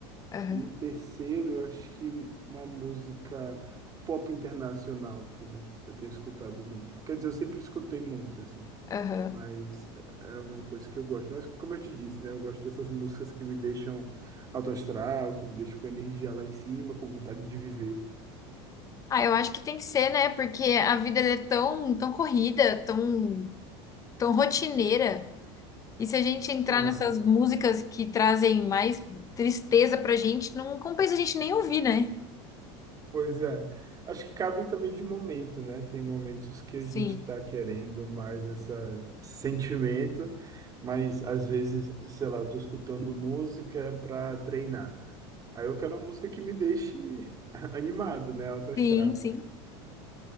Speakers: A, on the left; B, on the right.
A: Aham.
B: E em terceiro, eu acho que uma música pop internacional também. Eu tenho escutado muito. Quer dizer, eu sempre escutei muito, assim.
A: Aham.
B: Mas é uma coisa que eu gosto. Mas como eu te disse, né? Eu gosto dessas músicas que me deixam alto astral, que me deixam com energia lá em cima, com vontade de viver.
A: Ah, eu acho que tem que ser, né? Porque a vida ela é tão, tão corrida, tão, tão rotineira. E se a gente entrar
B: Aham.
A: nessas músicas que trazem mais tristeza pra gente, não compensa a gente nem ouvir, né?
B: Pois é. Acho que cabe também de momento, né? Tem momentos que a
A: Sim.
B: gente tá querendo mais essa- esse sentimento, mas às vezes, sei lá, eu tô escutando música pra treinar. Aí eu quero uma música que me deixe <laughs> animado, né? Alto astral.
A: Sim, sim.